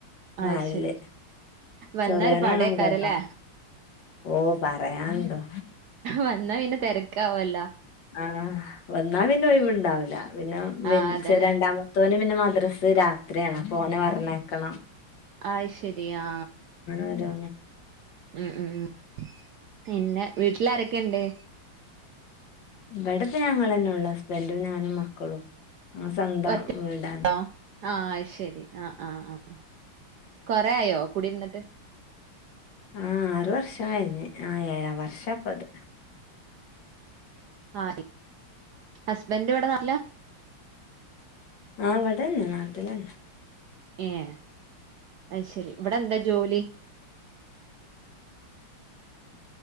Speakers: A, on the right (about 65°); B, on the left (about 60°).
A: അത്
B: നാലില്
A: ശരി വന്നാ
B: ചെറിയോനാണഞ്ചാ
A: ഒരു പടേക്കാരല്ലേ
B: ഓ പറയാണ്ടോ
A: വന്നാ പിന്നെ തിരക്കാവൊല്ലൊ
B: ആഹ് വന്നാ പിന്നെ ഒഴിവുണ്ടാവില്ല പിന്നെ വൽച്ച
A: ആഹ് അതന്നെ
B: രണ്ടാമ മത്തോന് പിന്നെ മദ്രസ് രാത്രിയാണ് അപ്പോ ഓനെ പറഞ്ഞയക്കണം
A: ആയ്ശരിയാ
B: ആരന്നണ്ടോ
A: ഉം ഉം ഉം പിന്നെ വീട്ടിൽ ആരൊക്കെണ്ട്
B: ഇവിടപ്പ ഞങ്ങളന്നെള്ളൂ ഹസ്ബൻഡും ഞാനും മക്കളും ഞങ്ങളെ സ്വന്തം
A: ഒറ്റ ണ്ടൊ
B: വീടാണ്
A: ആഹ് ശരി ആഹ് ആഹ് ആഹ് കൊറയായോ കുടിരുന്നിട്ട്
B: ആഹ് ആർ വർഷായിണ് ആഹ് ഏഴാം വർഷാപ്പത്
A: ആഹ്ഇ ഹസ്ബൻഡ് ഇവിടെ നാട്ടിലാ
B: ആഹ് വിടെന്നെ നാട്ടിലന്നെ
A: ഏഹ് അയ്ശരി ഇവിടെന്താ ജോലി